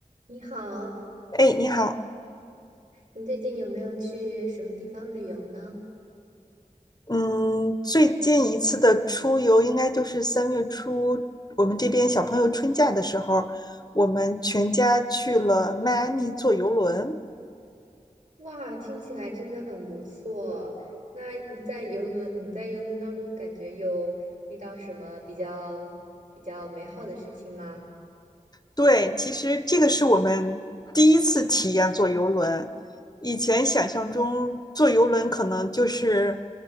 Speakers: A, on the right; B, on the left.
A: 你好，
B: 哎，你好，
A: 你最近有没有去什么地方旅游呢？
B: 嗯，最近一次的出游应该就是三月初，我们这边小朋友春假的时候，我们全家去了迈阿密坐游轮。
A: 哇，听起来真的很不错。那你在游轮，你在游轮当中感觉有遇到什么比较比较美好的事情吗？
B: 对，其实这个是我们第一次体验坐游轮。以前想象中坐游轮可能就是